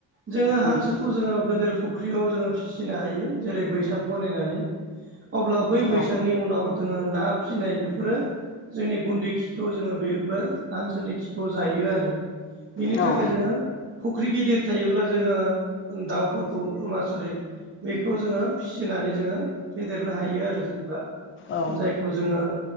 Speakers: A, on the right; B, on the left.
A: जोङो
B: उम
A: हांसोखौ जोङो गोदोर फुख्रियाव जोङो फिसिनो हायो जेरै बैसां बानायनानै अब्ला बै बैसांनि
B: औ
A: उनाव जोङो ना फिसिनाय बेफोरो जोंनि गुन्दै खिखौ जोङो बे हांसोरनि खिखौ जायो आरो बिनि
B: औ
A: थाखाय जोङो फुख्रि गिदिर थायोब्ला जोङो दाउफोरखौ मा स'रि बेखौ जोङो फिसिनानै जोङो फेदेरनो हायो आरो जेनेबा
B: औ
A: जायखौ खौ जोङो